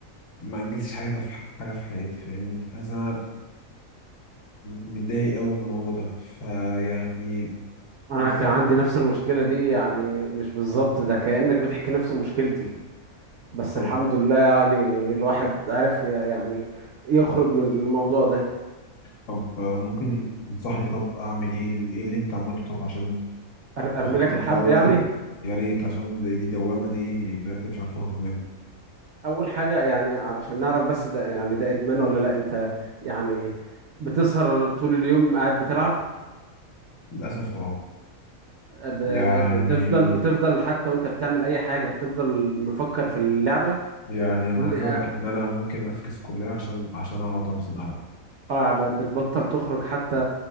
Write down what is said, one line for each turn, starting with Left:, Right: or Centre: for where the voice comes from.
Left: ما انجزتش حاجه في ح- حاجه في حياتي فاهمني حاسس ان انا متضايق قوي من الموضوع ده فيعني
Right: انا
Left: انصحني
Right: كان عندي نفس المشكله دي يعني مش بالظبط ده كانك بتحكي نفس مشكلتي بس
Left: طب
Right: الحمد لله يعني الواحد عرف ي- يعني يخرج من الموضوع ده
Left: طب ممكن تنصحني طب اعمل ايه ايه اللي انت عملته طب عشان
Right: أر- ارمي
Left: تخرج
Right: لك
Left: من
Right: الحبل
Left: الدوامه
Right: يعني
Left: دي يا ريت عشان دي دي دوامه دي بجد مش عارف اخرج منها
Right: اول حاجه يعني علشان نعرف بس ده يعني ده ادمان ولا لا انت يعني بتسهر طول اليوم قاعد بتلعب
Left: للاسف اه
Right: ب-
Left: يعني
Right: بتفضل بتفضل حتى وانت بتعمل اي حاجه بتفضل مفكر في اللعبه
Left: يعني انا
Right: و-
Left: عايز اقول
Right: اه
Left: لك ان انا ممكن افكس كليه عشان عشان اقعد مثلا العب
Right: آه، ب- بتبطل تخرج حتى